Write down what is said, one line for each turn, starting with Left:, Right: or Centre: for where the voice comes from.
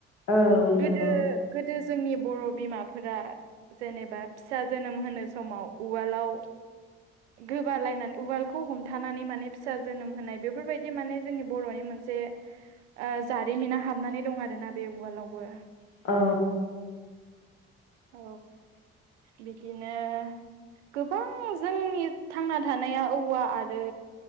Left: औ नंगौ
Right: गोदो गोदो जोंनि बर' बिमाफोरा जेनेबा फिसा जोनोम होनो समाव उवालाव गोबालायनानै उवालखौ हम थानानै माने फिसा जोनोम होनाय बेफोरबायदि माने जोंनि बर'नि मोनसे ओ जारिमिना हाबनानै दं आरो ना बे उवालावबो
Left: औ <inaudible>
Right: औ बिदिनो गोबां जोंनि थांना थानाया औवा आरो